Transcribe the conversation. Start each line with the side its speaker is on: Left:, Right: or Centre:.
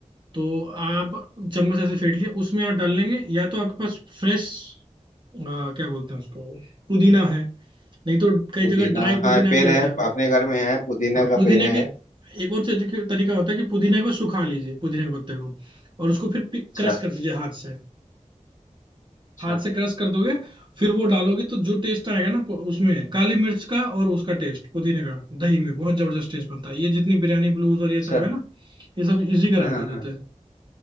Right: तो आप चम्मच ऐसे फेंट लिया उसमें आप डाल लेंगे या तो आपके पास फ्रेश क्या बोलते हैं उसको पुदीना है नहीं तो कई
Left: पुदीना
Right: जगह ड्राई
Left: हाँ
Right: पुदीना
Left: पेड़
Right: भी रहता
Left: है
Right: है
Left: अपने घर में है पुदीना
Right: हाँ
Left: का
Right: पुदीने
Left: पेड़ है
Right: के एक और तरीके- तरीका होता है कि पुदीने को सुखा लीजिए पुदीने के पत्ते को और उसको फिर
Left: अच्छा
Right: क्रश कर दीजिए हाथ से
Left: अच्छा
Right: हाथ से क्रश कर दोगे फिर वो डालोगे तो जो टेस्ट आएगा ना पु- उसमें काली मिर्च का और उसका टेस्ट पुदीने का दही में बहुत जबरदस्त टेस्ट बनता है ये जितनी बिरयानी ब्लूज और ये
Left: अच्छा
Right: सब है ना ये सब इसी का
Left: हाँ
Right: रायता
Left: हाँ
Right: देते
Left: हाँ,
Right: हैं